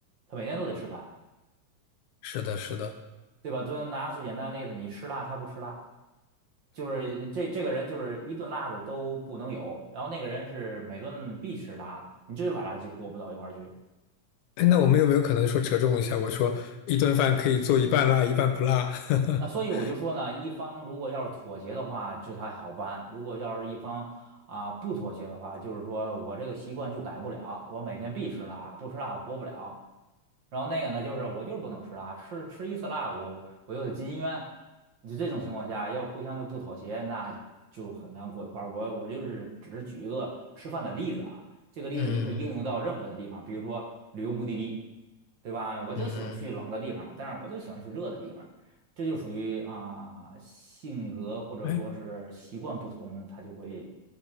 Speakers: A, on the right (about 45°); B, on the left (about 80°).
A: 他每天都得吃饭，
B: 是的，是的。
A: 对吧？就拿最简单的例子，你吃辣，他不吃辣。就是这这个人就是一顿辣的都不能有，然后那个人是每顿必吃辣的，你这把他就过不到一块儿去。
B: 哎，那我们有没有可能说折中一下？我说一顿饭可以做一半辣，一半不辣。<laughs>
A: 那所以我就说呢，一方如果要是妥协的话，这还好办；如果要是一方啊不妥协的话，就是说我这个习惯就改不了，我每天必吃辣，不吃辣我活不了。然后那个呢，就是我就是不能吃辣，吃吃一次辣，我我又得进医院。就这种情况下，要互相就不妥协，那就很难过一块儿。我我就是只是举一个吃饭的例子啊，这个例子你可以应用到任何的地方，
B: 嗯
A: 比如说旅游目的地，对吧？我就喜欢去冷的地方，
B: 嗯，
A: 但是我就喜欢去热的地方，这就属于啊、性格或者说是习惯不同，
B: 哎，
A: 它就会